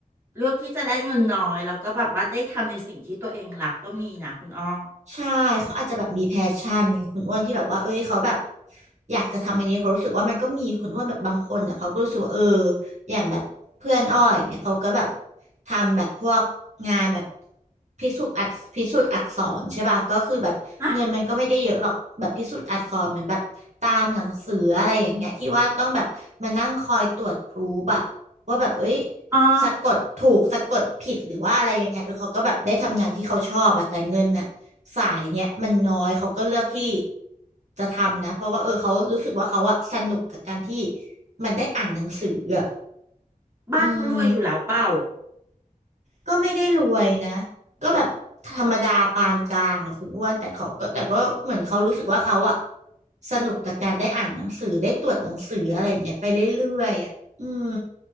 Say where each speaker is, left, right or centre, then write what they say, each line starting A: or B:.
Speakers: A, on the right (about 15°); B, on the right (about 55°).
A: เลือกที่จะได้เงินน้อยแล้วก็แบบว่าได้ทำในสิ่งที่ตัวเองรักก็มีนะคุณอ้อ
B: ใช่เขาอาจจะแบบมีแพชชั่นไงคุณอ้วนที่แบบว่าเอ้ยเขาแบบอยากจะทำอันนี้เขารู้สึกว่ามันก็มีคุณอ้วนแบบบางคนอ่ะเขาก็รู้สึกว่าเอออย่างแบบเพื่อนอ้อยเนี่ยเขาก็แบบทำแบบพวกงานแบบพิสูจน์อักพิสูจน์อักษรใช่ป่ะก็คือแบบเงินมันก็ไม่ได้เยอะหรอกแบบพิสูจน์อักษรเหมือนแบบตามหนังสืออะไรอย่างเงี้ยที่ว่าต้องแบบมานั่งคอยตรวจพรูฟอะว่าแบบเอ้ย
A: ฮะอ๋อ
B: สะกดถูกสะกดผิดหรือว่าอะไรยังไงเออเขาก็แบบได้ทำงานที่เขาชอบอะแต่เงินน่ะสายเนี้ยมันน้อยเขาก็เลือกที่จะทำนะเพราะว่าเออเขารู้สึกว่าเขาอะสนุกกับการที่มันได้อ่านหนังสืออะ
A: บ้านเขารวยอยู่แล้วเปล่า
B: อืมก็ไม่ได้รวยนะก็แบบธรรมดาปานกลางอะคุณอ้วนแต่เขาก็แต่ก็เหมือนเขารู้สึกว่าเขาอะสนุกกับการได้อ่านหนังสือได้ตรวจหนังสืออะไรอย่างเงี้ยไปเรื่อยๆอะอืม